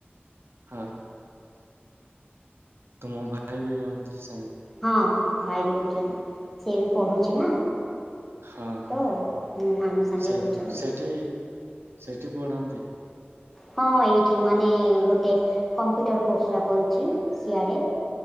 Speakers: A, on the right; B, in the centre.
A: ହଁ ତୁମ ଭାଇ ବି ରୁହନ୍ତି ସାଙ୍ଗ
B: ହଁ ଭାଇ ବି ରହୁଛନ୍ତି ସି ବି ପଢ଼ୁଛି ନା।
A: ହଁ ହଁ
B: ତ ହୁଁ ଆମ ସାଙ୍ଗେ
A: ସେ
B: ରହୁଛନ୍ତି।
A: ସେଠି ସେଠି ପଢ଼ନ୍ତି।
B: ହଁ ଏଇଠି ମାନେ ଗୋଟେ କମ୍ପ୍ୟୁଟର କୋର୍ସଟା କରୁଛି ସିଆଡ଼େ